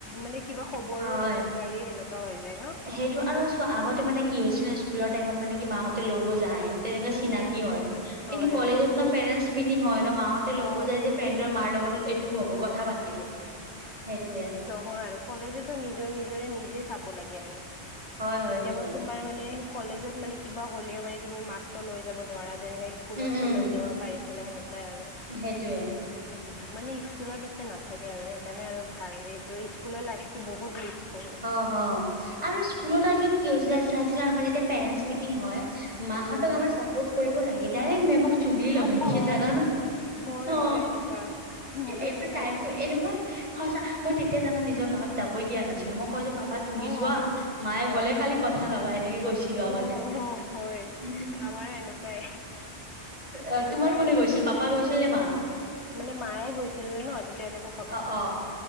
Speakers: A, on the left (about 90°); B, on the right (about 35°).
A: মানে কিবা খবৰো
B: হয়
A: ল'ব নোৱাৰি সেনেকুৱা হৈ যায় ন।
B: সেইটো আৰু চোৱা আগতে মানে কি হৈছিলে স্কুলৰ টাইমত মানে কি মাহঁতে লব যায় তেনেকোৱ
A: উম
B: চিনাকি
A: উম
B: হয়
A: হয়
B: কিন্তু কলেজত
A: অ
B: না পেৰেণ্টছ মিটিং হয় ন মাহঁতে লব
A: অ
B: যায় যে ফ্ৰেণ্ড নিজৰ মাৰ লগত এইটোও হ'ব কথা পাতিব সেইটোয়ে
A: হয় সৰুতে নিজৰ - নিজৰ নিজেই চাব লাগে আৰু
B: হয় হয়
A: কেতিয়া
B: এইটোয়ে
A: বা তোৰ তমাৰ মানে কলেজত মানে কিবা হ'লেও মানে তুমি মাকটো লৈ যাব নোৱাৰা যেনে স্কুলতো
B: উম উম
A: লৈ যাব পাৰিছিলে সেনেকুৱাই আৰু
B: সেইটোয়ে
A: উম, মানে স্কুলত নি তে নাথাকে আৰু সেইকাৰণে আৰু ভাল এইটো স্কুলৰ লাইফটো বহুত কৰোঁ
B: অ হ আৰু স্কুলত আগত কি হৈছিলে চাইছিলা আমাৰ যেতিয়া পেৰেন্টছ মিটিং হয় মাহঁতক
A: উম
B: আমাৰ চাপৰ্ট কৰিব লাগে ডাইৰেক্ট মেমক চুগুলি লগাই
A: অ
B: দিয়ে
A: অ
B: জানা ন।
A: হয়
B: অ
A: হয় এনেকুৱা মোৰো
B: এইটো
A: এনেকুৱাই
B: টাইমতটো
A: আছিল
B: এনেকোৱা হয় চা মই তেতিয়া জানা নিজৰ মাক যাবই দিয়া নাছিলো মই কয় যে পাপা তুমি
A: অঁ
B: যোৱা মায়ে
A: অঁ
B: গলে খালি কথা লগাই এনেকে কৈছিলো আগতে।
A: অঁ হয়
B: উম,
A: আমাৰ কই
B: অ
A: সেনেকোৱাই
B: তোমাৰ কোনে
A: আছিলে
B: গৈছিল পাপা গৈছিল নে মা
A: উম মানে মায়ে গৈছিলে ন তেতিয়া এনেকোৱা
B: অ অ